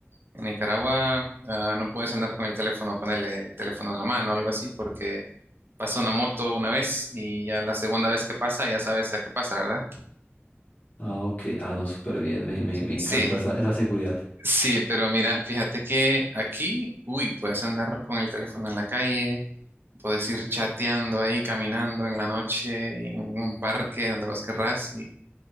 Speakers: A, on the right (about 55°); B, on the left (about 35°).
A: En Nicaragua ah, no puedes andar con el teléfono, ponerle el teléfono en la mano o algo así, porque pasa una moto una vez y ya la segunda vez que pasa ya sabes a qué pasa, ¿verdad?
B: Ah, ok. Ah, no, súper bien. Me, me, me
A: Sí,
B: encanta esa, esa seguridad.
A: Sí, pero mira, fíjate que aquí, uy, puedes andar con el teléfono en la calle, puedes ir chateando ahí, caminando en la noche, y en un parque, donde vos querrás,